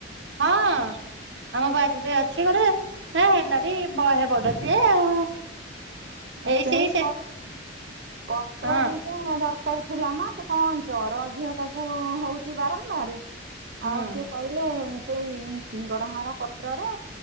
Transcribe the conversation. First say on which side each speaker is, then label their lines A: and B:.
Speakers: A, on the right (about 75°); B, on the right (about 55°).
A: ହଁ। ଆମ ବାରରେ ଅଛି ଗୋଟେ ହେ ହେଲାଣି ବହେ ବଡ ଟିଏ ଆଉ।
B: ଆ
A: ଏଇ
B: ସେଇ
A: ସେ
B: ପତ ପତ୍ର
A: ହଁ
B: ଦିଟା ଦରକାର ଥିଲା ମ ସେ କଣ ଚର ଝିଅ ଟାକୁ ହଉଚି ବାରମ୍ବାରେ।
A: ହୁଁ।
B: ଆଉ କିଏ କହିଲେ। ସେଇ ସିଙ୍ଗଡା ହର ପତ୍ରରେ